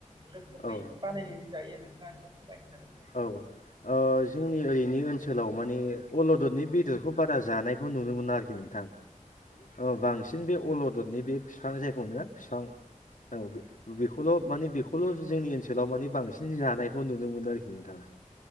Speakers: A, on the right; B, on the left.
A: रोखोमै
B: औ औ
A: बानायनानै जायो नोंथाङा एसे फोरमायनो हागोन नामा?
B: औ ओ जोंनि ओइनि ओनसोलाव मानि अलददनि बेदरखौ बारा जानायखौ नुनो मोना आरोखि नोंथां। औ बांसिन बे अलददनि बे बिफां जाय मोनो बिफां औ बे-बेखौ माने बेखौल' जोंनि ओनसोलाव माने बांसिन जानायखौ नुनो मोनो आरोखि नोंथां।